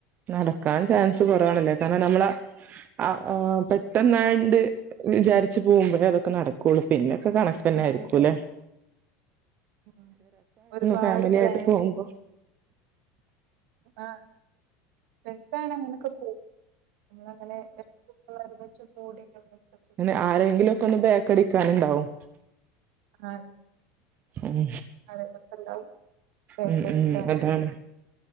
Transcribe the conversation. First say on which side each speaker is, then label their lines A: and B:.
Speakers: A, on the right; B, on the right.
A: നടക്കാൻ ചാൻസ് കുറവവാണ് ഇന്ന തന്നെ നമ്മള ആഹ് പെട്ടെന്നാണ്ട് വിചാരിച്ചു പോകുമ്പോഴേ അതൊക്കെ നടക്കുള്ളു പിന്നെ ക്കെ കണക്ക് തന്നെ
B: അതെ
A: ആയിരിക്കും
B: അതെ
A: ല്ലെ
B: ഉം ഒരുപാട്
A: ഫാമിലി
B: പ്ലൻ
A: ആയിട്ട് പോകുമ്പോ
B: ആഹ് രസമാണ് അങ്ങനക്കെ <unintelligible>
A: അങ്ങെ ആരെങ്കിലും ഒക്കെ ഒന്ന് ബേക്കടിക്കാനണ്ടാവും
B: ആ അതെ
A: ഉം
B: ആരൊക്കെണ്ടാവും ബേക്കടിക്കാന്
A: ഉം ഉം അതാണ്